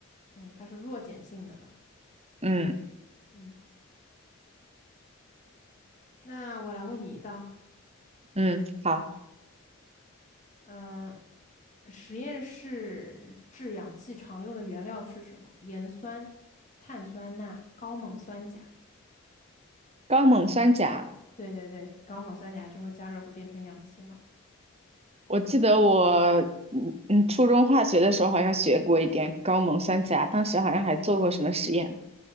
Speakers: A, on the left; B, on the right.
A: 嗯，它是弱碱性的嘛。
B: 嗯
A: 嗯，那我来问你一道，
B: 嗯，好，
A: 嗯、实验室制氧气常用的原料是什么？盐酸、碳酸钠、高锰酸钾。
B: 高锰酸钾，
A: 对对对，高锰酸钾之后加热会变成氧气嘛？
B: 我记得我嗯嗯初中化学的时候好像学过一点高锰酸钾，当时好像还做过什么实验。